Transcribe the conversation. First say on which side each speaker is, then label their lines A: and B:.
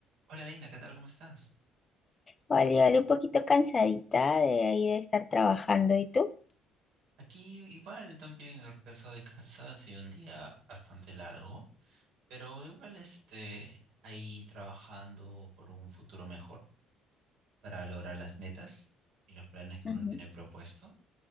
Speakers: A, on the right; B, on the left.
A: Hola Linda, ¿qué tal? ¿Cómo estás?
B: Vale, vale, un poquito cansadita de ahí de estar trabajando. ¿Y tú?
A: Aquí igual también regreso de casa, ha sido un día bastante largo, pero igual este, ahí trabajando por un futuro mejor para lograr las metas y los planes que
B: Ujú.
A: uno tiene propuesto.